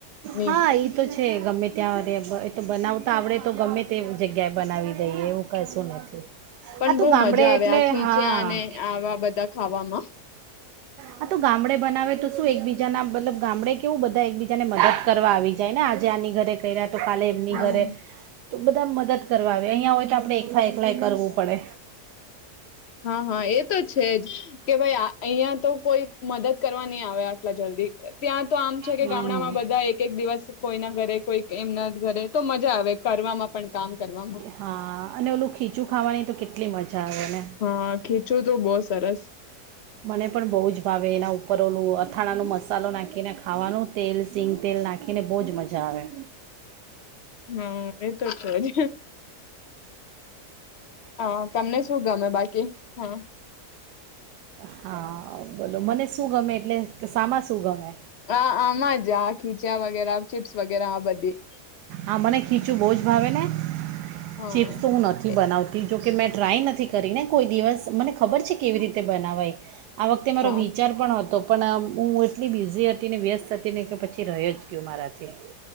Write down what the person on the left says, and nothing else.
નહી
પણ
બહુ
મજા આવે
આ ખીચ્યા
અને આવા બધા ખાવામાં
હમ
હા હા એ તો છે જ કે ભાઈ અહિયાં તો કોઈ મદદ કરવા નય આવે આટલા જલ્દી ત્યાં તો આમ છે કે
ગામડામાં બધા એક એક દિવસ કોઈના ઘરે કોઈ એમના ઘરે તો મજા આવે કરવામાં પણ કામ કરવામાં
હા ખીચું તો બહુ સરસ.
હમ એતો છે જ. હા તમને શું ગમે બાકી હમ.
હા આમાં જ આ ખીચા વગેરે ચીપ્સ વગેરે આ બધી.
હા
એ-
હા